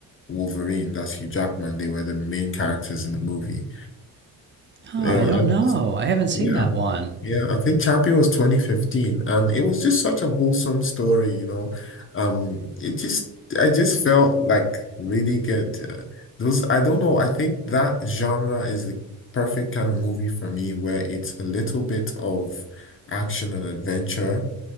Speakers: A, on the left; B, on the right.
A: Wolverine, that's Hugh Jackman, they were the main characters in the movie.
B: Oh,
A: They
B: I
A: were-
B: don't
A: and-
B: know. I haven't seen
A: yeah.
B: that one.
A: Yeah, I think Chappie was 2015, and it was just such a wholesome story, you know. Um, it just, I just felt like really good. Uh, Those, I don't know, I think that genre is the perfect kind of movie for me where it's a little bit of action and adventure,